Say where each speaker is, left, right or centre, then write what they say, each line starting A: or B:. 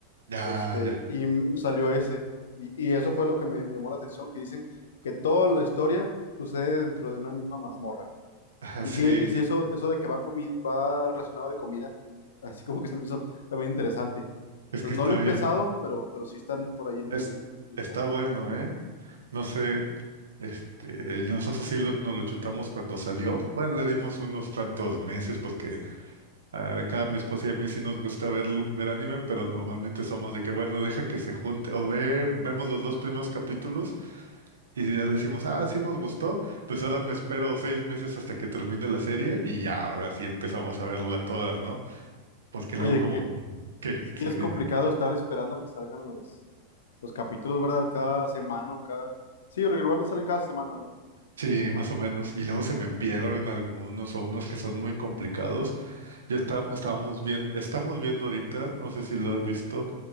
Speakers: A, on the right; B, on the left.
A: Ya,
B: Este,
A: ya.
B: y m- salió ese. Y, y eso fue lo que me, me llamó la atención, que dicen que toda la historia sucede dentro de una misma mazmorra.
A: Ajá,
B: Y
A: sí,
B: si, y si eso, eso de que va, comi- va relacionado de comida, <laughs> así como que se me hizo también interesante.
A: es
B: Pues
A: que
B: no
A: está
B: lo he empezado,
A: bien,
B: pero, pero sí están por ahí en
A: es,
B: mi lista.
A: está bueno, ¿eh? No sé, este, y nosotros sí lo- nos lo chutamos cuando salió. Bueno, le dimos unos cuantos meses porque a cada mi esposa y a mí sí nos gusta ver, ver anime, pero normalmente somos de que, bueno, deja que se junte, o ve, vemos los dos primeros capítulos y ya decimos, ah, sí nos gustó, pues ahora me espero seis meses hasta que termine la serie y ya, ahora sí empezamos a verla todas, ¿no? Porque
B: Oye,
A: luego como,
B: que
A: ¿qué?
B: sí
A: Sí,
B: es
A: dime.
B: complicado estar esperando a que salgan los, los capítulos, ¿verdad? Cada semana o cada... Sí, regularmente salen cada semana, ¿verdad?
A: Sí, más o menos. Y luego se me pierden algunos o unos que son muy complicados. Ya está, estábamos viendo, estamos viendo ahorita, no sé si lo has visto,